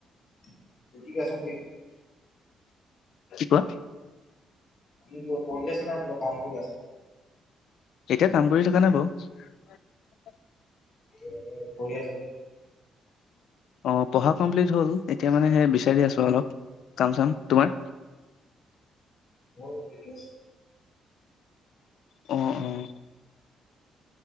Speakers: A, on the left; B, on the left.
A: <unintelligible>
B: <inaudible> কি ক'লা?
A: তুমি কিবা পঢ়ি আছিলা? কিবা কাম কৰি আছা?
B: এতিয়া কাম কৰি থকা নাই বাৰু।
A: কিবা কৰি আছা নি?
B: অ'! পঢ়া কমপ্লিট হ'ল। এতিয়া মানে, সেই বিচাৰি আছোঁ অলপ কাম চাম। তোমাৰ?
A: মই এনে আছোঁ।
B: অ'! অ'!